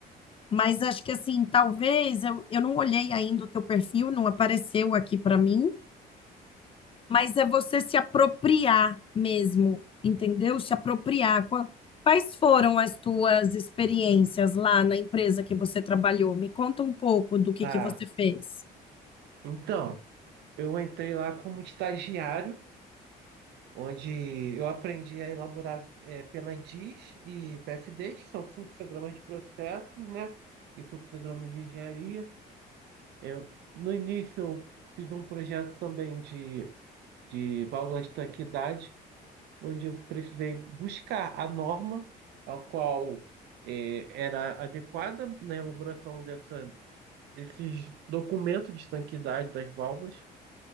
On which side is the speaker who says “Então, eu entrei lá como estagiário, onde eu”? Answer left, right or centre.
Right